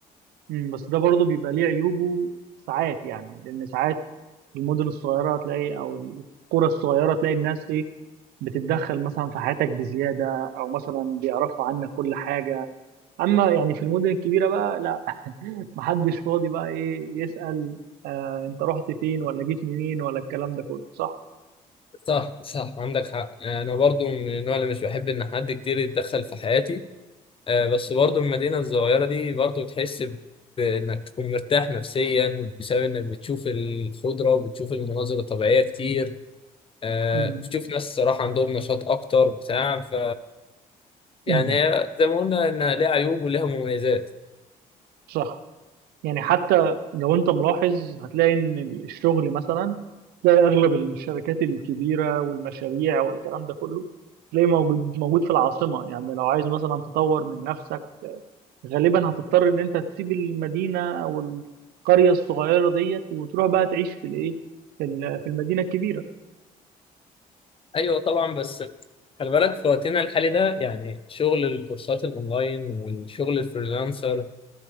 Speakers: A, on the right; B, on the left.
A: امم بس ده برضو بيبقى ليه عيوبه ساعات يعني لأن ساعات المدن الصغيرة تلاقي أو القرى الصغيرة تلاقي الناس إيه بتتدخل مثلا في حياتك بزيادة أو مثلا بيعرفوا عنك كل حاجة أما يعني في المدن الكبيرة بقى <laughs> محدش فاضي بقى ايه يسأل آه انت رحت فين ولا جيت منين ولا الكلام ده كله صح
B: صح صح عندك حق أنا برضو من النوع اللي مش بحب إن حد كتير يتدخل في حياتي آه، بس برضه المدينة الصغيرة دي برضه تحس ب- بإنك تكون مرتاح نفسيا بسبب إنك بتشوف الخضرة وبتشوف المناظر الطبيعية كتير آه،
A: مم.
B: بتشوف ناس صراحة عندهم نشاط أكتر بتاع ف يعني
A: مم.
B: هي زي ما قلنا إنها ليها عيوب وليها مميزات
A: صح يعني حتى لو انت ملاحظ هتلاقي ان الشغل مثلا تلاقي اغلب الشركات الكبيره والمشاريع والكلام ده كله تلاقي موجود موجود في العاصمه يعني لو عايز مثلا تطور من نفسك غالبا هتضطر ان انت تسيب المدينه او القريه الصغيره ديت وتروح بقى تعيش في الايه في ال- في المدينه الكبيره
B: أيوة طبعا بس خلي بالك في وقتنا الحالي ده يعني شغل الكورسات الأونلاين والشغل الفريلانسر